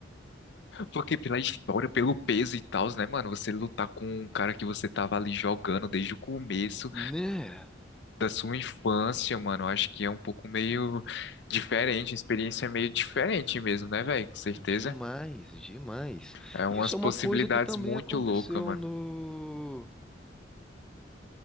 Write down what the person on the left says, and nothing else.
Porque pela história, pelo peso e tal, né, mano? Você lutar com um cara que você tava ali jogando desde o começo
da sua infância, mano. eu Acho que é um pouco meio diferente, uma experiência meio diferente mesmo, né, velho? Com certeza.
É umas
possibilidades
muito
loucas, mano.